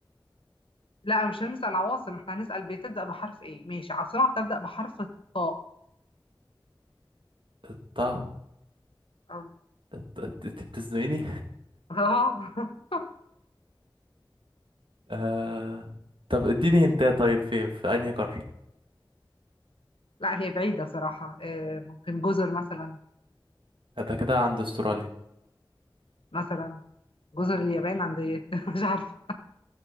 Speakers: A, on the left; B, on the right.
A: لا مش هنسأل عواصم احنا هنسأل بتبدأ بحرف ايه ماشي عاصمة بتبدأ بحرف الطاء
B: الط الط-
A: اه
B: الت- انت بتزنقني
A: <laughs>
B: آه... طب اديني هنتايه طيب فين في أنهي قارة
A: لا هي بعيدة صراحة آه، ممكن جزر مثلا
B: ده كده عند استراليا
A: مثلا جزر اليابان عندي <laughs> مش عارفة